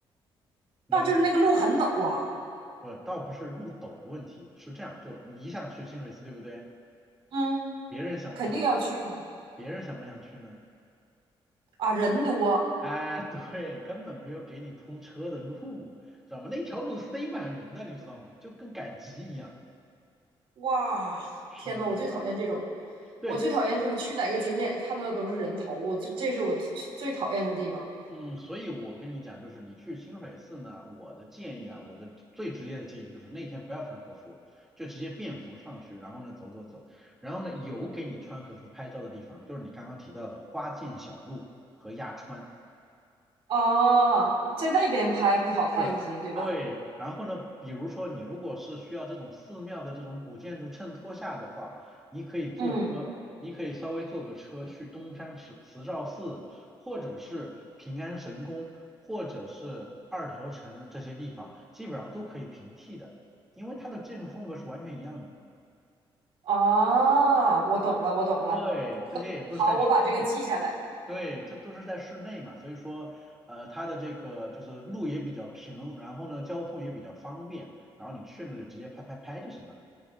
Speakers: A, in the centre; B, on the right.
A: 你知道为什么？
B: 那就是那个路很陡啊。
A: 不，倒不是路陡的问题，是这样，就你想去清水寺，对不对？
B: 嗯，
A: 别人想不想去？
B: 肯定要去嘛。
A: 别人想不想去呢？
B: 啊，人多
A: 哎，<laughs> 对，根本没有给你通车的路，知道吗？那条路塞满人的，你知道吗？就跟赶集一样。
B: 哇，
A: 是的，
B: 天呐，我最讨厌这种，
A: 对，
B: 我最讨厌就是去哪个景点看到的都是人头，我这这是我最最讨厌的地方
A: 嗯，所以我跟你讲，就是你去清水寺呢，我的建议啊，我的最直接的建议就是那天不要穿和服，就直接便服上去，然后呢走走走，然后呢有给你穿和服拍照的地方，就是你刚刚提到的花见小路和鸭川。
B: 啊，在那边拍会好看一些，
A: 是，
B: 对吧？
A: 对。然后呢，比如说你如果是需要这种寺庙的这种古建筑衬托下的话，你可以坐车，
B: 嗯，
A: 你可以稍微坐个车去东山慈慈照寺，或者是平安神宫，或者是二条城这些地方，基本上都可以平替的，因为它的建筑风格是完全一样的。
B: 啊，我懂了，我懂了，
A: 对，
B: 可好，
A: 这些也都是在室内。
B: 我把这个记下来
A: 对，这都是在室内嘛，所以说，呃，它的这个就是路也比较平，然后呢，交通也比较方便，然后你去呢就直接拍拍拍就行了。